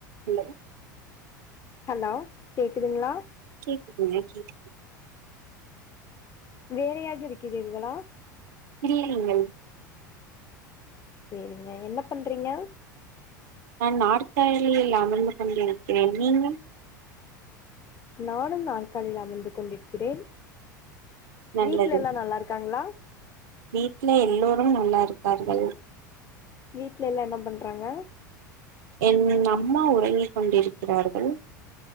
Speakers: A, on the right (about 60°); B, on the left (about 30°).
A: Hello
B: hello கேக்குதுங்களா
A: கேக்குதுங்க கேக்கு
B: வேலையாக இருக்கிறீர்களா
A: இல்லையங்கள்
B: சேரிங்க என்ன பண்றீங்க
A: நா நாற்காலிலியில் அமர்ந்து கொண்டிருக்கிறேன் நீங்க
B: நானும் நாற்காலில் அமர்ந்து கொண்டிருக்கிறேன்
A: நல்லது
B: வீட்ல எல்லா நல்லா இருக்காங்களா
A: வீட்ல எல்லோ நல்லா இருக்கார்கள்
B: வீட்ல எல்லா என்ன பண்றாங்க
A: ம் அம்மா உறங்கி கொண்டிருக்கிறார்கள்